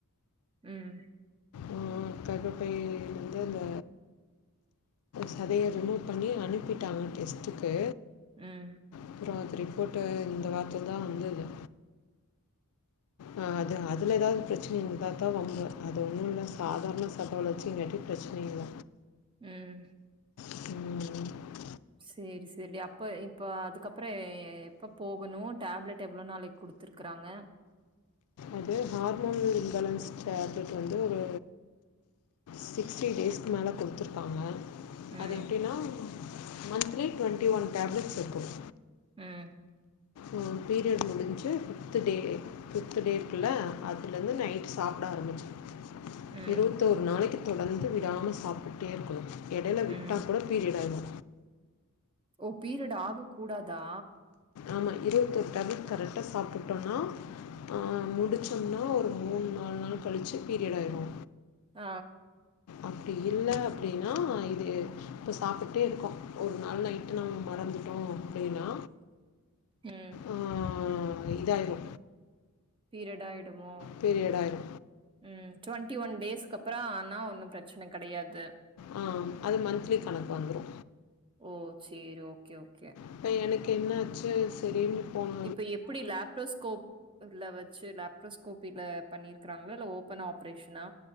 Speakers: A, on the right; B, on the left.
A: ம்
B: ஆ கர்பப்பை வந்து அந்த சதய ரிமூவ் பண்ணி அனுப்பிட்டாங்க டெஸ்ட்டுக்கு
A: ம்
B: அப்றோ அது ரிப்போர்ட்டு இந்த வார்த்ல தா வந்துது ஆ அது அதுல ஏதாது ப்ரச்ன வந்தா தா வம்பு அது ஒன்னு இல்ல சாதாரண சத வளர்ச்சிங்கட்டிப் ப்ரச்ன இல்ல
A: ம்
B: ம் ம்
A: சேரி சேரி டி அப்ப இப்ப அதுக்கப்பறோ எ எப்ப போகணு டேப்லட் எவ்ள நாளைக் குடுத் த்ருக்றாங்க
B: அது ஹார்மோனல் இம்பேலன்ஸ் டேப்லட் வந்து ஒரு சிக்ஸ்ட்டீ டேஸ்க்கு மேல குடுத்ர் ப்பாங்க
A: ம்,
B: அது எப்டின்னா மந்த்லி ட்வொண்ட்டி ஒன் டேப்லட்ஸ் இர்க்கும்
A: ம்
B: ம் பீரியட் முடிஞ்சி ஃபிஃப்த்து டே ஃபிஃப்த்து டே க்குல அதுலந்து நைட் சாப்ட ஆரம்பிச்ச
A: ம்,
B: இருவத்தோர் நாளைக்கு தொடர்ந்து விடாம சாப்டுட்டே இருக்கண்ணு எடைல விட்டாக்
A: ம்.
B: கூட பீரியட் ஆய்டூ
A: ஓ பீரியட் ஆக கூடாதா
B: ஆமா இருவத்தோர் டேப்லட் கரெட்டா சாப்டுட்டோன்னா ஆ முடுச் சொன்னா ஒரு மூண் நால் நாள் கழுச்சு பீரியட் ஆயிருவோ
A: ஆ
B: அப்டி இல்ல அப்டின்னா இது இப்போ சாப்புட்டே இருக்கோ ஒரு நாள் நைட்டு நம்ம மறந்துட்டோ அப்டின்னா
A: ம்
B: அ அ இதாயிரு
A: பீரியட் ஆயிடுமோ
B: பீரியட் ஆயிரு
A: ம் ட்வெண்ட்டி ஒன் டேஸ்க அப்பற ஆனா ஒன்னு பிரச்சன கிடையாது
B: அ அது மந்த்லி கணக்கு வந்துடு
A: ஓ சேரி ஓகே ஓகே
B: இப்ப எனக்கு என்னாச்சு சரின்னு போனோ
A: இப்ப எப்டி லாப்ரஸ்கோப் உள்ள வச்சு லாப்ரஸ்கோப்பில பண்ணியிருக்குறாங்களா இல்ல ஓப்பன் ஆப்ரேஷனா